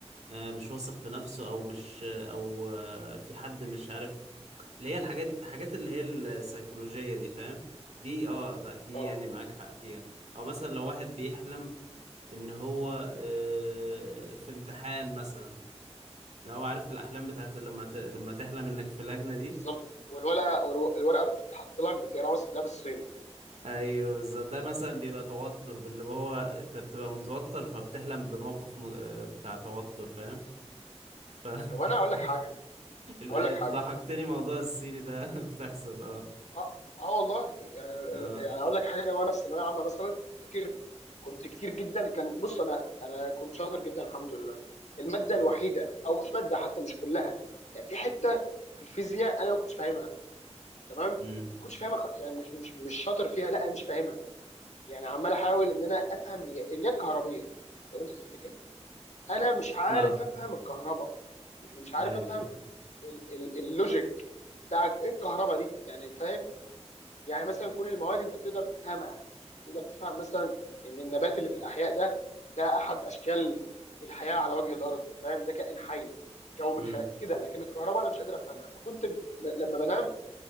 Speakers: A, on the right; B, on the left.
A: آه، مش واثق في نفسه او مش او آه، في حد مش عارف اللي هي الحاجات الحاجات اللي هي السيكولوجية دي فاهم دي اه لا دي
B: اه
A: يعني معاك حق فيها او مثلا لو واحد بيحلم ان هو آه، في امتحان مثلا لو هو عارف الاحلام بتاعت لما ت... لما تحلم انك في لجنة دي
B: بالظبط والورقه الورقه بتتحط لك بتقراها مثلا تلاقيها بالصيني
A: ايوه بالظبط ده مثلا بيبقى توتر باللي هو انت بتبقى متوتر فبتحلم بموقف م... آه، بتاع توتر فاهم ف <laughs>
B: طب انا اقول لك حاجه
A: ال-
B: اقول
A: آه،
B: لك
A: أنت
B: حاجه
A: ضحكتني موضوع السيري ده <laughs> بتحصل اه
B: اه اه والله يعني ال-
A: اه
B: يعني اقول لك حاجه انا وانا في ثانويه عامه مثلا افتكر كنت كتير جدا كان بص انا انا كنت شاطر جدا الحمد لله الماده
A: اه
B: الوحيده او مش ماده حتى مش كلها يعني في حته في الفيزياء انا ما كنتش فاهمها تمام ما
A: امم
B: كنتش فاهمها خ- يعني مش مش مش شاطر فيها لا انا مش فاهمها يعني عمال احاول ان انا افهم هي اللي هي الكهربيه لو انت تفتكر انا مش عارف
A: اه
B: افهم الكهرباء يعني مش عارف
A: ايوه
B: افهم
A: ايوه
B: ال- ال- اللوجيك بتاع ايه الكهرباء دي يعني فاهم يعني مثلا كل المواد انت بتقدر تفهمها تقدر تفهم مثلا ان النبات اللي في الاحياء ده ده احد اشكال الحياه على وجه الارض فاهم ده كائن حي كون من
A: امم
B: خلق كده لكن الكهرباء انا مش قادر افهمها فكنت م- لما بنام